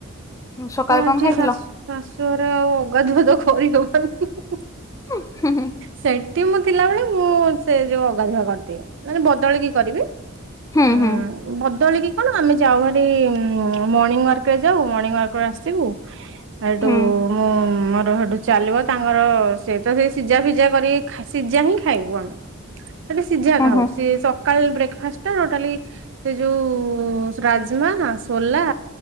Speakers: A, on the left (about 15°); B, on the right (about 60°).
A: ସକାଳେ କ'ଣ
B: ଏଠି
A: ଖାଇଥିଲ?
B: ଶାଶୁ ଶାଶୁଘରେ ଆଉ ଅଗାଧୁଆ ତ କରିହବନି ହି ହି ହି।
A: ଉଁ ହୁଁ ହୁଁ।
B: ସେଇଠି ମୁଁ ଥିଲାବେଳେ ମୁଁ ସେ ଯଉ ଅଗାଧୁଆ କରିଦିଏ ମାନେ ବଦଳିକି କରିବି।
A: ହୁଁ
B: ଅ
A: ହୁଁ
B: ବଦଳିକି କ'ଣ ଆମେ ଯାଉ ଭାରି। ଉଁ ମର୍ଣିଂ ୱାର୍କ ରେ ଯାଉ ମର୍ଣ୍ଣିଂ ୱାର୍କରେ ଆସିବୁ। ହେଠୁ
A: ହୁଁ
B: ଉଁ ମୁଁ ମୋର ହେଠୁ। ଚାଲିବ ତାଙ୍କର ସେ ତ ସେ ସିଝା, ଫିଜା କରି କି ସିଝା ହିଁ ଖାଇବୁ ଆମେ। ସେଠି ସିଝା
A: ହୁଁ
B: ଟା
A: ହୁଁ
B: ହବ ସିଏ ସକ କାଲେ ବ୍ରେକ୍ଫାଷ୍ଟ ଟୋଟାଲି ସେ ଯୋଉ ରାଜମା ସୋଲା,